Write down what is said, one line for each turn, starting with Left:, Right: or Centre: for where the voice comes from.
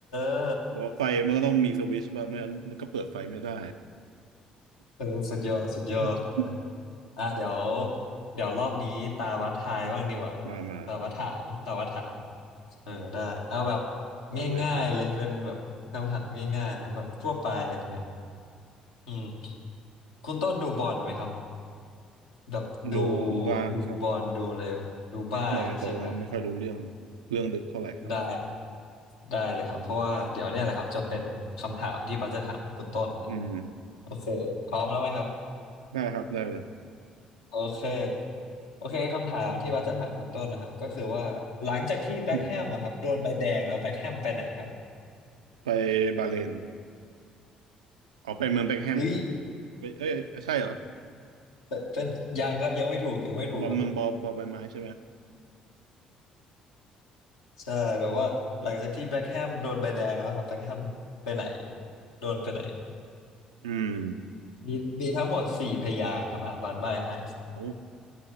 Left: อ
Right: ว่าไฟมันก็ต้องมีสวิตช์บ้างไม่งั้นมันก็เปิดไฟไม่ได้
Left: เออสุดยอดสุดยอดเออ
Right: <laughs>
Left: อ่ะเดี๋ยวเดี๋ยวรอบนี้ตาวัดทายบ้างดีกว่า
Right: มามา
Left: ตาวัดถามตาวัดถามเออได้เอาแบบ
Right: เอาเลยครับ
Left: ง่ายๆเลยเป็นแบบคำถามง่ายๆเนอะแบบทั่วไปอะไรเงี้ยอืม คุณต้นดูบอลไหมครับแบบดู
Right: ดูบ้างครับ
Left: ดูบอลดูอะไรไหมดูบ้างใช่ไหม
Right: นิดหน่อยแต่ว่าไม่ค่อยรู้เรื่องเรื่องลึกเท่าไหร่ครับ
Left: ได้ได้เลยครับเพราะว่าเดี๋ยวเนี่ยแหละครับจะเป็นคำถามที่บัสจะถามคุณต้นนะ
Right: อืม
Left: โอเคพร้อมแล้วไหมครับ
Right: ได้ครับได้เลย
Left: โอเคโอเคคำถามที่บัสจะถามคุณต้นนะครับก็คือว่าหลังจากที่แบ็คแฮมอะครับโดนใบแดงแล้วแบ็คแฮมไปไหนครับ
Right: <coughs> <clears throat> ไปบาห์เรน ออกไปเมืองเบ็คแฮมครับ
Left: เอ้ย
Right: เอ้ยเอ้ยอ้ใช่เหรอ
Left: เป็นเป็นยังครับยังไม่ถูกยังไม่ถูกครับ
Right: บอลมันบอลบอลใบไม้ใช่ไหม
Left: ใช่แบบว่าหลังจากที่แบ็คแฮมโดนใบแดงแล้วครับแบ็คแฮมไปไหนโดนไปไหน
Right: อืม
Left: มีมีทั้งหมดสี่พยางค์ครับอ่าบัตรใบให้
Right: เอา